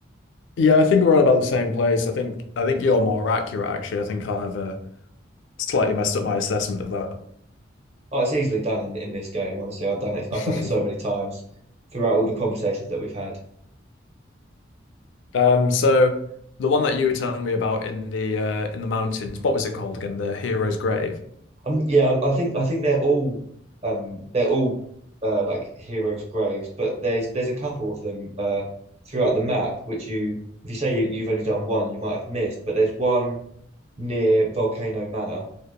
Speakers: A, on the left; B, on the right.
A: Yeah, I think we're all about the same place. I think I think you're more accurate, actually. I think I've uh, slightly messed up my assessment of that.
B: oh it's easily done in in this game honestly I've done it I've
A: <laughs>
B: done it so many times throughout all the conversations that we've had
A: Um, so the one that you were telling me about in the uh, in the mountains, what was it called again? The Hero's Grave.
B: Um, yeah, I think I think they're all um they're all uh like heroes' graves, but there's there's a couple of them uh throughout the map which you if you say you, you've only done one, you might have missed, but there's one near Volcano Manor.